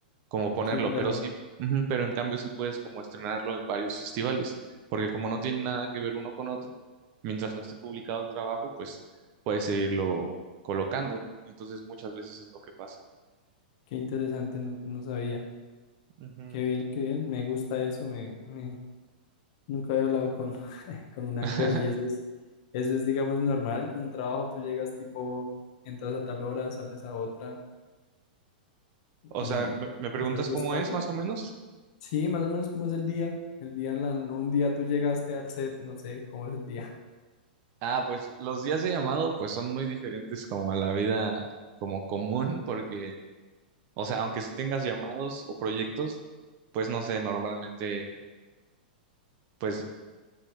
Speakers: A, on the right; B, on the left.
A: como ponerlo,
B: Sí, claro.
A: pero sí, ujú, pero en cambio sí puedes como estrenarlo en varios festivales, porque como no tiene nada que ver uno con otro, mientras no esté publicado el trabajo, pues puedes seguirlo colocando. Entonces muchas veces es lo que pasa.
B: Qué interesante, no, no sabía.
A: Ujú.
B: Qué bien, qué bien. Me gusta eso. Me, me... Nunca había hablado con, con un actor
A: <laughs>
B: y eso es, eso es, digamos, normal, con un trabajo tú llegas tipo, entras a tal hora, sales a otra
A: O
B: y
A: sea, me, me preguntas
B: es algo
A: cómo
B: estable.
A: es más o menos.
B: Sí, más o menos como es el día, el día, la, un día tú llegaste al set, no sé cómo es el día.
A: Ah, pues los días de llamado pues son muy diferentes como a la vida como común porque, o sea, aunque sí tengas llamados o proyectos, pues no sé, normalmente pues